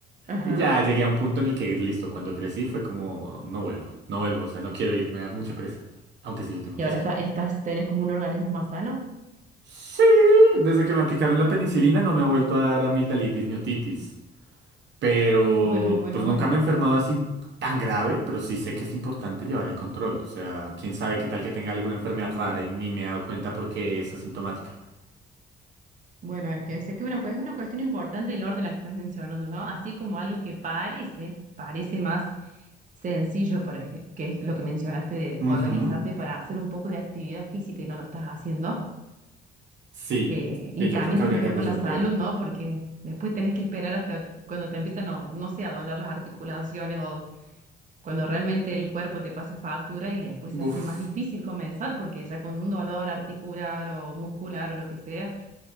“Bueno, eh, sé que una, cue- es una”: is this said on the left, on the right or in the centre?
Right